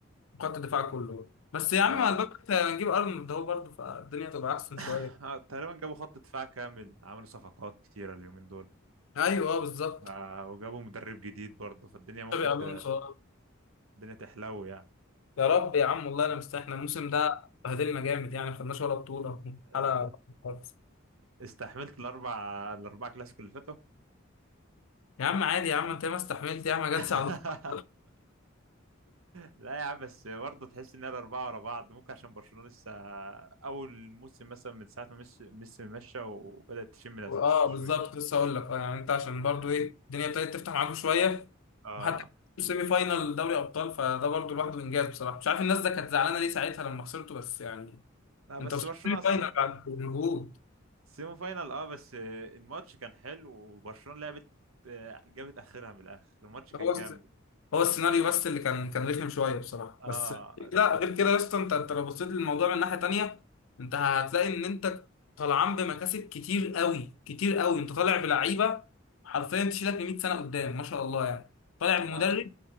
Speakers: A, on the left (about 75°); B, on the right (about 90°).
A: خط الدفاع كله بس يا عم
B: اه
A: مع الباك ليفت هنجيب ارنولد ده برضه فالدنيا تبقى احسن
B: <coughs>
A: شويه
B: آه، تقريبا جابوا خط دفاع كامل عملوا صفقات كتيرة اليومين دول
A: ايوه آه، بالظبط
B: آه، وجابوا مدرب جديد برضه فالدنيا ممكن
A: تشابي الونسو
B: ت... الدنيا تحلو يعني
A: يا رب يا عم والله انا مستني احنا الموسم ده بهدلنا جامد يعني ما خدناش ولا بطوله
B: آه،
A: حاله خالص
B: استحملت الأربع الأربع كلاسيكو اللي فاتوا
A: يا عم عادي يا عم انت ما استحملت يا عم جت
B: <laughs>
A: ساعة الدكتور.
B: لا يا عم بس برضه تحس إن الأربعة ورا بعض ممكن عشان برشلونة لسه أول موسم مثلا من ساعة ما ميسي ميسي مشى وبدأت تشم نفسها
A: اه بالظبط
B: شوية
A: لسه اقول لك اه يعني انت عشان برضو
B: آه
A: ايه الدنيا ابتدت تفتح معاكم شويه
B: آه،
A: وحتى سيمي فاينال دوري ابطال فده برضو لوحده انجاز بصراحه مش عارف الناس ده كانت زعلانه ليه ساعتها لما خسرته بس يعني
B: لا بس
A: انت وصلت
B: برشلونة
A: سيمي فاينال بعد مجهود
B: سيمي فاينال اه بس آه، الماتش كان حلو وبرشلونة لعبت آه، جابت اخرها من الاخر الماتش كان
A: هو
B: جامد
A: هو السيناريو بس اللي كان كان رخم شويه بصراحه
B: اه
A: بس لا غير كده يا اسطى انت انت لو بصيت للموضوع من ناحيه تانيه انت هتلاقي ان انت طالعان بمكاسب كتير قوي كتير قوي انت طالع بلعيبه حرفيا تشيلك ل 100 سنه قدام ما شاء الله يعني طالع بمدرب
B: اه بس